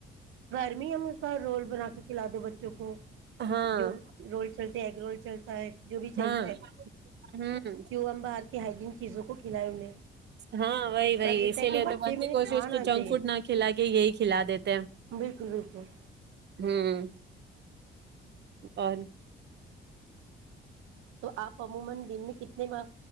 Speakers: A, on the right; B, on the right.
A: گھر میں ہی ہم اس کا رول بنا کے کھلا دو بچوں کو
B: ہاں
A: جو رول چلتے ایگ رول چلتا ہے جو بھی
B: ہاں
A: چلتا ہے
B: ہوں
A: کیوں ہم بات <unintelligible> کہ ہائجین چیزوں کو کھلائے انہیں
B: ہاں وہی وہی
A: بس اتنا
B: اسی
A: ہے کہ
B: لیے
A: بچے
B: تو بنتی
A: میں
B: کوشش
A: کھانا
B: تو جنک
A: چاہیے
B: فوڈ نہ کھلا کے یہی <unintelligible> کھلا دیتے ہیں
A: بالکل بالکل
B: ہوں اور
A: تو اپ عموما دن میں کتنی بار